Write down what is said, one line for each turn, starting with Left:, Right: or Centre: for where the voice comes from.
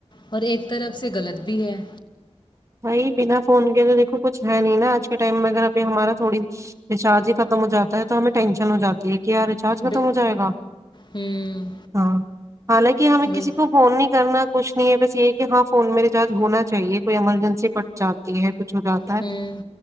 Left: اور ایک طرف سے غلط بھی ہے
Right: بھائی بنا فون کے تو دیکھو کچھ ہے نہیں نا آج کے ٹائم میں اگر ابھی ہمارا تھوڑی ریچارج ہی ختم ہو جاتا ہے تو ہمیں ٹینشن ہو جاتی ہے کیا ریچارج ختم
Left: بے
Right: ہو جائے گا
Left: ہوں
Right: ہاں حالانکہ ہمیں
Left: وہی
Right: کسی کو فون نہیں کرنا کچھ نہیں ہے بس یہ کہ ہاں فون میں ریچارج ہونا چاہیے کوئی عمل سے پڑچاتی ہے کچ ہو جاتا ہے
Left: ہوں